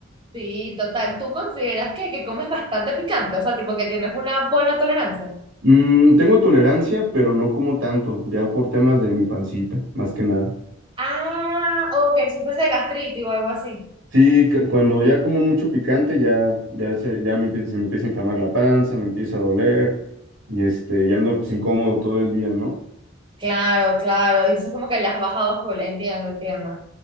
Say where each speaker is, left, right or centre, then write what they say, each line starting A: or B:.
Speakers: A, on the right; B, on the right.
A: sí, total, ¿tú consideras que, que comes bastante picante? O sea, tipo que tienes una buena tolerancia.
B: Mm, tengo tolerancia, pero no como tanto, ya por temas de mi pancita, más que nada.
A: Ah, o que sufres de gastritis o algo así.
B: Sí, cu- cuando ya como mucho picante, ya, ya se, ya me empieza, se me empieza a inflamar la panza, me empieza a doler, y este, ya ando pues, incómodo todo el día, ¿no?
A: Claro, claro. Y Entonces como que le has bajado full, entiendo, entiendo.